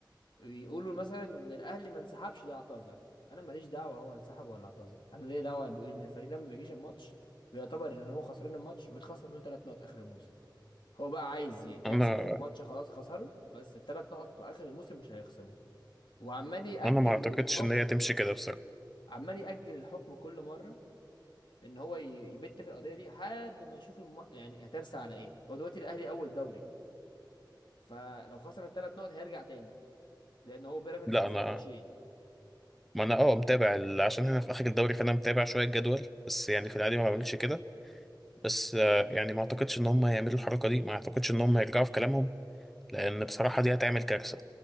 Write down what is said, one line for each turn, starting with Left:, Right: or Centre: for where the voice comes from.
Left: ويقولوا مثلا ان الاهلي ما انسحبش ده اعتذر انا ماليش دعوه هو انسحب ولا اعتذر انا ليا دعوه بيقول ان الفريق لما ما بيجيش الماتش بيعتبر ان هو خسران الماتش وبيتخصم منه ثلاث نقط اخر الموسم هو بقى عايز ي- يحسب
Centre: انا
Left: ان الماتش خلاص خسره بس الثلاث نقط بتوع اخر الموسم مش هيخصمهم وعمال يأجل
Centre: انا ما اعتقدش
Left: الحكم
Centre: ان هي تمشي كده بصراحه
Left: عمال يأجل الحكم كل مرة ان هو ي- يبت في القضية دي لحد ما يشوف الم... يعني هترسى على ايه هو دلوقتي الاهلي اول دوري فلو خسر الثلاث نقط هيرجع تاني لان هو بيراميدز
Centre: لا
Left: خسر
Centre: انا
Left: ماتشين
Centre: ما انا اه متابع ال- عشان هنا في اخر الدوري فانا متابع شويه الجدول بس يعني في العادي ما بعملش كده بس آه، يعني ما اعتقدش ان هم هيعملوا الحركه دي ما اعتقدش ان هم هيرجعوا في كلامهم لان بصراحه دي هتعمل كارثه